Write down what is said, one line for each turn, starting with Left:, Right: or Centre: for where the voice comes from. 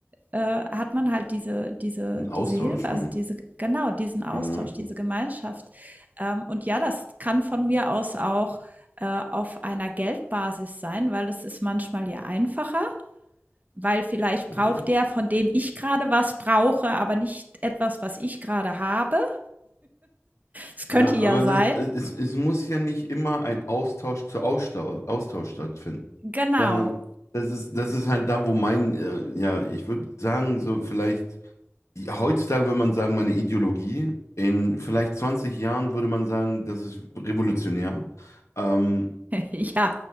Right: äh, hat man halt diese diese
Left: Ein Austausch.
Right: diese Hilfe, also diese genau, diesen Austausch,
Left: Ja,
Right: diese Gemeinschaft. Ähm, und ja, das kann von mir aus auch, äh, auf einer Geldbasis sein, weil das ist manchmal ja einfacher, weil vielleicht
Left: ja.
Right: braucht der, von dem ich gerade was brauche, aber nicht etwas, was ich gerade habe. Es könnte
Left: Ja, aber
Right: ja sein.
Left: das, es, es muss ja nicht immer ein Austausch zu Austausch, Austausch stattfinden,
Right: Genau.
Left: sondern das ist, das ist halt da, wo mein, äh, ja, ich würde sagen, so vielleicht, die- heutzutage würde man sagen, meine Ideologie, in vielleicht 20 Jahren würde man sagen, das ist revolutionär. Ähm,
Right: <laughs> Ja.